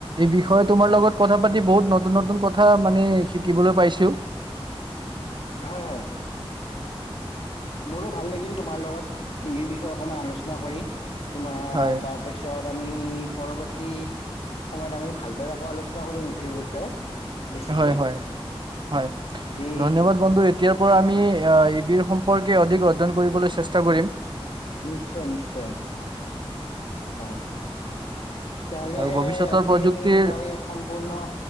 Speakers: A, on the right; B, on the left.
A: এই বিষয়ে তোমাৰ লগত কথা পাতি বহুত নতুন নতুন কথা মানে শিকিবলৈ পাইছোঁ।
B: হয়, হয়। মোৰো ভাল লাগিল তোমাৰ লগত ইভিৰ বিষয়ে অকণমান আলোচনা কৰি। তোমাৰ
A: হয়,
B: তাৰ- তাৰপিছত আমি পৰৱৰ্তী- সময়ত আমি ভালদৰে আকৌ আলোচনা কৰিম ইভিৰ বিষয়ে। বেছিকৈ
A: হয়, হয়, হয়,
B: যি
A: ধন্যবাদ। বন্ধু এতিয়াৰ পৰা আমি এ ই ভি সম্পৰ্কে অধিক অধ্যয়ন কৰিবলৈ চেষ্টা কৰিম।
B: নিশ্চয়, নিশ্চয়। হয়। তেতিয়া হ'লে
A: আৰু ভৱিষ্যতৰ
B: আজি
A: প্ৰযুক্তিৰ
B: আমি প্ৰায় সম্পূৰ্ণ-